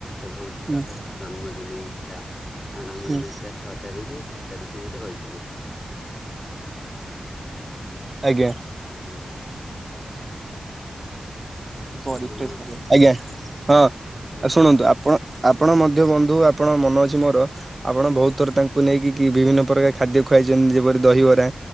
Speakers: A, on the left; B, on the right.
A: ବୋଧେ
B: ହୁଁ
A: ତାଙ୍କ ଜନ୍ମଦିନ ହିଁ ଥିଲା ତାଙ୍କ ଜନ୍ମଦିନ
B: ହୁଁ
A: ଥିଲା ଛଅ ତାରିଖ ସାତ। ଇତ୍ୟାଦି ସେ ମତେ କହିଥିଲେ।
B: ଆଜ୍ଞା।
A: ଆଜି।
B: ଆଜ୍ଞା
A: ଆପଣ
B: ହଁ
A: କୁହନ୍ତୁ
B: ଶୁଣନ୍ତୁ ଆପଣ ଆପଣ ମଧ୍ୟ ବନ୍ଧୁ ଆ ଆପଣ ମନେ ଅଛି ମୋର ଆପଣ
A: ଆଜ୍ଞା
B: ବହୁତ ଥର ତାଙ୍କୁ ନେଇକି କି। ବିଭିନ୍ନ ପ୍ରକାର ଖାଦ୍ୟ ଖୁଆଇଛନ୍ତି ଯେପରି ଦହିବରା